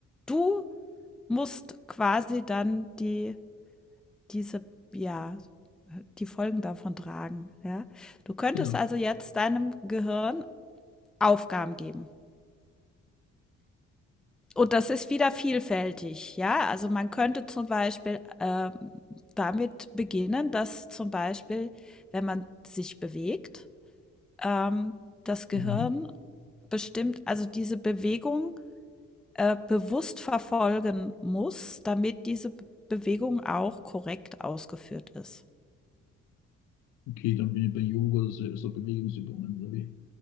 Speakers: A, in the centre; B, on the left.
A: du musst quasi dann die diese ja, die Folgen davon tragen, ja? Du könntest
B: Genau.
A: also jetzt deinem Gehirn Aufgaben geben. Und das ist wieder vielfältig, ja. Also man könnte zum Beispiel ähm, damit beginnen, dass zum Beispiel, wenn man sich bewegt, ähm, das Gehirn
B: Mhm.
A: bestimmt, also diese Bewegung äh, bewusst verfolgen muss, damit diese Bewegung auch korrekt ausgeführt ist.
B: Okay, dann bin ich bei Yoga, also so Bewegungsübungen oder wie?